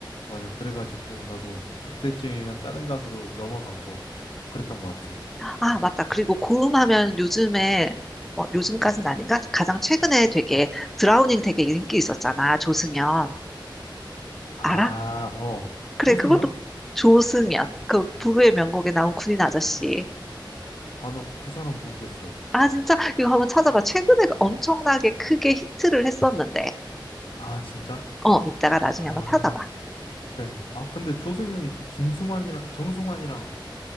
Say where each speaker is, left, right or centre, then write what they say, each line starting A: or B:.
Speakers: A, on the left; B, in the centre.
A: 맞아. 그래가지고 나도 그때쯤이면 다른 가수로 넘어가고 그랬던 것 같아.
B: 아, 맞다. 그리고 고음하면 요즘에, 뭐 요즘까진 아닌가? 가장 최근에 되게 드라우닝 되게 인기 있었잖아. 조승연.
A: 아,
B: 알아?
A: 어,
B: 그래,
A: 조승연?
B: 그것도 조승연. 그 부부의 명곡에 나온 군인 아저씨.
A: 아, 너 그 사람 모르겠어.
B: 아, 진짜? 이거 한번 찾아봐. 최근에 그 엄청나게 크게 히트를 했었는데.
A: 아, 진짜?
B: 어, 이따가
A: 아,
B: 나중에 한번 찾아봐.
A: 그래. 아, 근데 조승연이 그 김승환이랑 정승환이랑